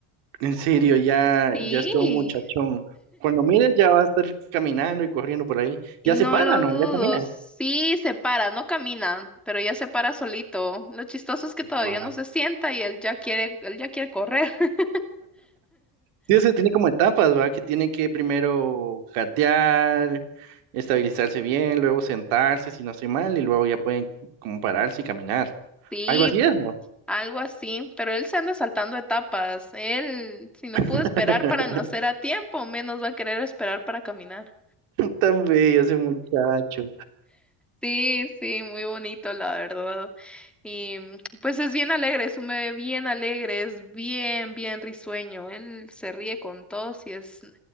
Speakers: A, on the right (about 85°); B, in the centre.
A: En serio, ya,
B: Sí,
A: ya es todo un muchachón. Cuando mires ya va a estar caminando y corriendo por ahí.
B: No
A: Ya se para,
B: lo
A: ¿no?
B: dudo,
A: Ya camina.
B: sí se para, no camina, pero ya se para solito. Lo chistoso es que todavía
A: Wow.
B: no se sienta y él ya quiere, él ya quiere correr. <laughs>
A: Sí, o sea, tiene como etapas, ¿verdad? Que tiene que primero gatear, estabilizarse bien, luego sentarse, si no estoy mal, y luego ya pueden como pararse y caminar.
B: Sí,
A: Algo así es, ¿no?
B: algo así, pero él se anda saltando etapas. Él, si no pudo
A: <laughs>
B: esperar para nacer a tiempo, menos va a querer esperar para caminar.
A: Tan bello ese muchacho.
B: Sí, sí, muy bonito, la verdad. Y mm, pues es bien alegre, es un bebé bien alegre, es bien, bien risueño. Él se ríe con todos y es